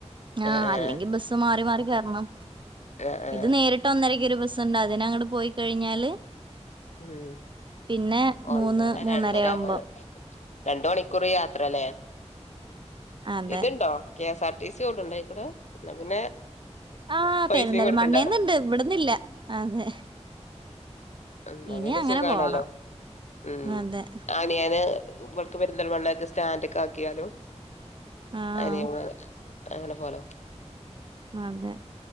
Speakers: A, on the right; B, on the left.
A: ആ
B: ആഹ് ആഹ്
A: അല്ലെങ്കിൽ ബസ്സ് സ്സ് മാറി മാറി കേറണം
B: ആഹ് ആഹ്
A: ഇത് നേരിട്ട് ട്ട് ഒന്നരക്ക് ഒരു ബസ്ണ്ട് അതിന അങ്ങ് പോയിക്കഴിഞ്ഞാല്
B: ഉം
A: പിന്നെ
B: ഒന്നര
A: മൂന്ന് മൂന്നര
B: രണ്ടര
A: ആവുമ്പോം
B: മൂന്ന് രണ്ട് മണിക്കൂർ യാത്രല്ലേ
A: അതെ
B: ഇത്ണ്ടോ കെ എസ് ആർ ടി ഓട്ണ്ടോ അയ്ക്കൂടെ എന്ന പിന്നെ
A: ആഹ്
B: പൈസയും
A: പെരിന്തൽ
B: കൊടുക്കണ്ട
A: മണ്ണേന്ന്ണ്ട് ഇവിടന്നില്ല അതെ
B: ഉം ന്ന
A: ഇനി
B: പിന്നെ
A: അങ്ങനെ
B: സുഖാണല്ലോ
A: പോണം
B: ഉം
A: അതെ
B: ഞാന് പെരുന്തൽമണ്ണൊക്ക് സ്റ്റാന്റ്ക്കാക്യാലും
A: ആഹ്
B: അനിയൻ പോവലാ അങ്ങനെ പോലോ
A: ആതെ